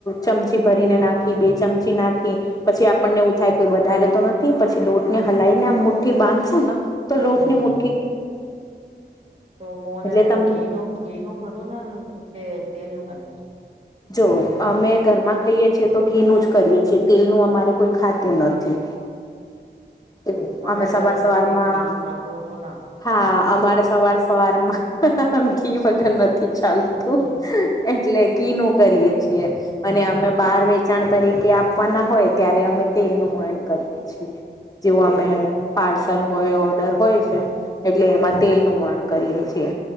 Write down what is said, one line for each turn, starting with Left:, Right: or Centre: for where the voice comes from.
Left: ચમચી ભરીને નાખી બે ચમચી નાખી. પછી આપણને એવું થાય કોઈ વધારે તો નથી પછી લોટને હલાઈને આ મુઠ્ઠી બાંધશું ને તો લોટની
Right: હમ
Left: મૂઠ
Right: તો મોને
Left: એટલે તમ
Right: ઘી નું ઘી નું કરું ને કે તેલ નું કરે છે.
Left: જો અમે ઘરમાં ખઈએ છીએ તો ઘીનું જ કરીએ છીએ તેલનું અમારે કોઈ ખાતું નથી. એવું
Right: તમે
Left: અમે
Right: તો
Left: સવાર
Right: વેસે
Left: સવારમાં
Right: ભી ઘી ખાધુ હશે ન.
Left: હા અમારે સવાર સવાર માં ઘી વગર નથી ચાલતું.
Right: જી
Left: એટલે ઘી નું કરીએ છીએ
Right: હમ
Left: અને અમે બહાર વેચાણ તરીકે આપવાના હોય ત્યારે અમે તેલનું મયણ કરીએ છીએ. જેવું
Right: એ
Left: અમે પાર્સલ હોય ઓર્ડર હોય છે એટલે એમાં તેલનું મોયણ કરીએ છીએ.